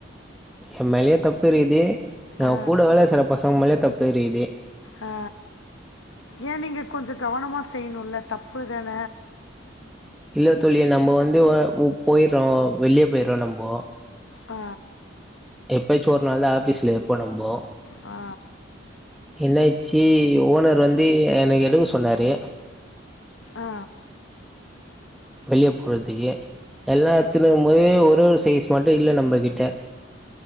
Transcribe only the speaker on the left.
ஆ
ஆ ஏ நீங்க கொஞ்ச கவனமா செய்யணுல்ல தப்பு தான
ஆ
ஆ
ஆ